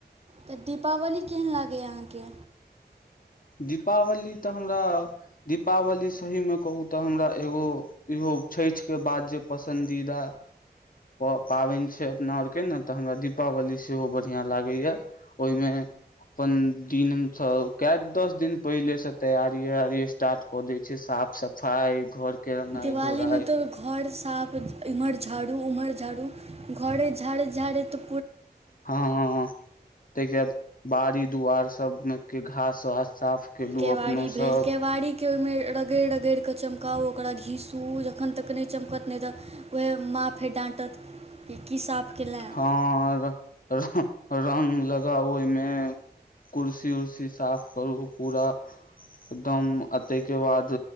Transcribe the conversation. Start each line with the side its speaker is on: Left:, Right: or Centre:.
Right: त दीपावली केहन लागैए अहाँके?
Left: दीपावली त हमरा दीपावली सहीमे कहू त हमरा एगो छठि के बाद जे पसन्दीदा प पाबनि छै अपना आरके ने त हमरा दीपावली सेहो बढ़ियां लागैए। ओईमे अपन दिनसँ कए दस दिन पहिले से तैयारी वैयारी स्टार्ट क दै छै साफ सफाई घर के रंगाइ
Right: दिवालीमे
Left: ढोराइ
Right: त घर साफ एमहर झाड़ू ओम्हर झाड़ू घरे झाड़ैत झाड़ैत त
Left: हँ हँ हँ, त जब बाड़ी दुआर सब मिल के घास वास साफ केलु,
Right: केवाड़ी
Left: अपनो
Right: भेल
Left: सब।
Right: केवाड़ीके ओहिमे रगड़ि रगड़िके चमकाउ, ओकरा घीसू जखन तक नहि चमकत, नहि त वैज्ञ माँ फेर डाँटत की की साफ केलेँ
Left: हँ, रंग लगाउ ओहिमे कुर्सी उर्सी साफ करू पूरा एकदम आ ताहिके बाद